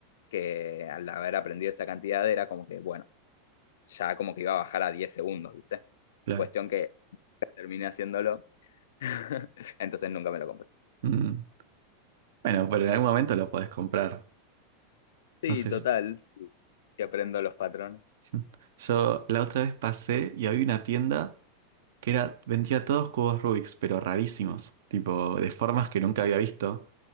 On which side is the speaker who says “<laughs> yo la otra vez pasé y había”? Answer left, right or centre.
Right